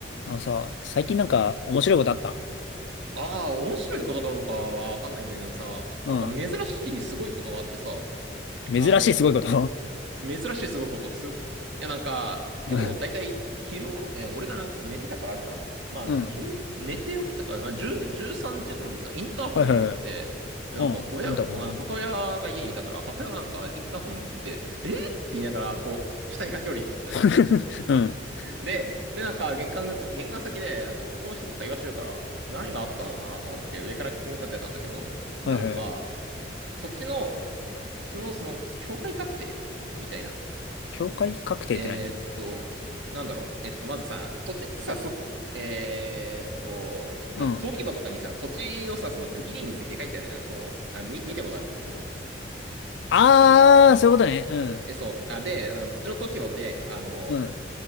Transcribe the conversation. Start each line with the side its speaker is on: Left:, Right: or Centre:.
Left: あのさ、最近なんか面白いことあった
Right: うん。ああ、面白いことかどうかはわかんないんだけどさ、
Left: うん。
Right: なんか珍しいすごいことがあってさ、
Left: 珍しいすごいこと
Right: あの、珍しいすごいこと、す、いやなんか、
Left: <laughs> うん。
Right: 今日だいたい昼頃、え、俺がなんか寝てたからあれかなまあ、
Left: うん。
Right: 10、寝て起きたから、まあ、10、13時頃にさ、インターホンがあって、
Left: はいはいはい。
Right: で、
Left: うん。
Right: なんか、親、
Left: インターホン。
Right: あの母親が家にいたから、
Left: うん。
Right: 母親がなんか、インターホン出て、えーって言いながら、こう、下に駆け下りてったの
Left: <laughs> うん
Right: で、で、なんか玄関口、玄関先で、なんか男の人と会話してるから、何があったのかなと思って上から聞き立てたんだけど、なんか、
Left: はいはい。
Right: 土地の、土地のその、境界確定みたいな。
Left: 境界確定って何
Right: えーっと、なんだろう。えっと、まずさ、土地ってさ、そ、えーっと、
Left: うん。
Right: なんか登記簿とかにさ、土地のさ、その区切りについて書いてあるじゃん。その、あ、み、見たことある登記簿。
Left: あー、
Right: あの、
Left: そういうことね。
Right: え、そう。あ、で、あの土地の登記簿で、あの、
Left: うん。うん。